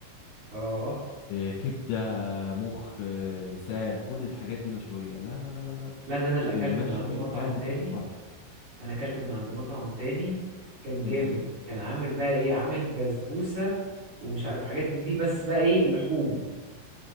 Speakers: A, on the right (about 40°); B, on the left (about 75°).
A: اه
B: آه، كبده مخ آه، لسان كل الحاجات دي مشوية لا لا لا لا لا
A: لا ده انا اللي اكلت
B: المشوي
A: من عند مطعم
B: كان
A: تاني
B: تحفة
A: انا اكلت من عند مطعم تاني كان جامد
B: امم
A: كان عامل بقى ايه عامل بسبوسة ومش عارف حاجات من دي بس بقى ايه لحوم